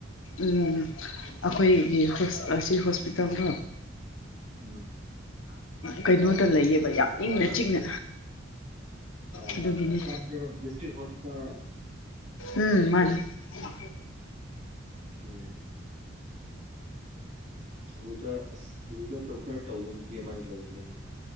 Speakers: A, on the left; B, on the right.
A: ꯎꯝ ꯑꯩꯈꯣꯏꯒꯤ ꯑꯁꯤ ꯍꯣꯁꯄꯤꯇꯥꯜꯗꯣ
B: ꯎꯝ
A: ꯀꯩꯅꯣꯗ ꯂꯩꯌꯦꯕ ꯌꯥꯝ ꯏꯪꯅ ꯆꯤꯛꯅ
B: ꯑꯥ
A: ꯑꯗꯨꯒꯤꯅꯦ
B: ꯆꯥꯟꯗꯦꯜ ꯗꯤꯁꯇ꯭ꯔꯤꯛ ꯍꯣꯁꯄꯤꯇꯥꯜꯔꯣ
A: ꯎꯝ ꯃꯥꯅꯤ ꯑꯣ
B: ꯎꯝ ꯑꯗꯨꯗ ꯑꯁ ꯑꯗꯨꯗ ꯗꯣꯛꯇꯔ ꯇꯧꯕ ꯅꯨꯄꯤ ꯑꯃꯥꯏ ꯂꯩꯕꯅꯤꯅꯦ